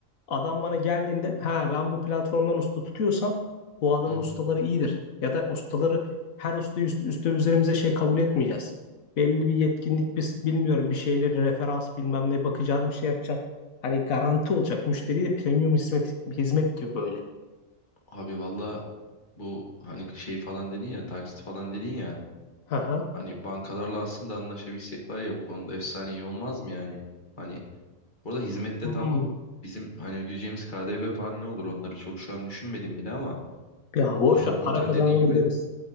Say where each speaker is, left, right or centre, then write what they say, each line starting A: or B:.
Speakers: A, on the left; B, on the left.
A: Adam bana geldiğinde ha ben bu platformdan usta tutuyorsam bu adamın
B: hı.
A: ustaları iyidir. Ya da ustaları her usta üst, üste üzerimize şey kabul etmeyeceğiz. Belli bir yetkinlik biz bilmiyorum bir şeyleri referans bilmem ne bakacaksın bir şey yapacaksın. Hani garanti olacak müşteri de premium hizmet hizmet gibi böyle.
B: Abi valla bu hani şey falan dedin ya taksit falan dedin ya
A: Hı hı.
B: hani bankalarla aslında anlaşabilsek var ya bu konuda efsane iyi olmaz mı yani? Hani burada hizmette
A: Hmm.
B: tam bizim hani ödeyeceğimiz KDV falan ne olur onları çok şu an düşünmedim bile ama
A: Ya boş
B: yani
A: ver
B: buradan
A: para kazanalım
B: dediğin gibi
A: öderiz.